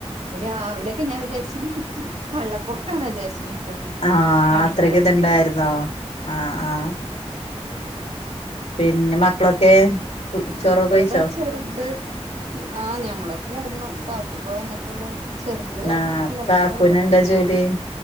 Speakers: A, on the right (about 80°); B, on the left (about 90°).
A: ഇന്ന് രാവിലെ ഒക്കെ ഞാൻ വിചാരിച്ചു മിറ്റ് വള്ളപ്പൊക്കാണോ വിചാരിച്ചു കണ്ടപ്പോ
B: ആഹ്
A: എണീറ്റ്
B: അത്രക്ക
A: വന്നപ്പോ
B: ഇത്ണ്ടായിരുന്നോ ആഹ് ആഹ് പിന്നെ മക്കളൊക്കെ ചോറൊക്കെ
A: മക്കള
B: കഴിച്ചോ
A: ഇതാ ചെറുത് ആഹ് ഞങ്ങളൊക്കെ കടന്ന് കാക്കുപ്പൊ വന്ന്ട്ടൊള്ളൂ ചെറുത് ഒറങ്ങീട്ടില്ല
B: ആഹ്
A: അവള്
B: കാക്കൂന്
A: ഇതാവിടെ
B: എന്താ ജോലി